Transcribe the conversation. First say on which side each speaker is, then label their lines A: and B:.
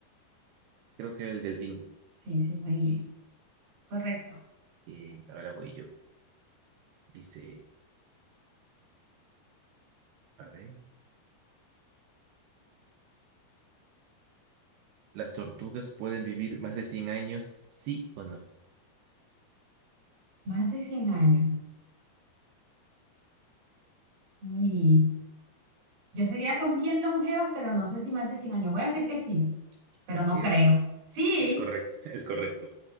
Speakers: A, on the right; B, on the right.
A: Creo que el delfín.
B: Sí, sí, muy bien. Correcto.
A: Bien, ahora voy yo. Dice, a ver, ¿las tortugas pueden vivir más de 100 años? ¿Sí o no?
B: Más de cien años. Uy, yo sé que ya son bien longevas, pero no sé si más de 100 años. Voy a decir que sí, pero
A: Así
B: no creo.
A: es,
B: Sí,
A: es correcto, <laughs> es correcto,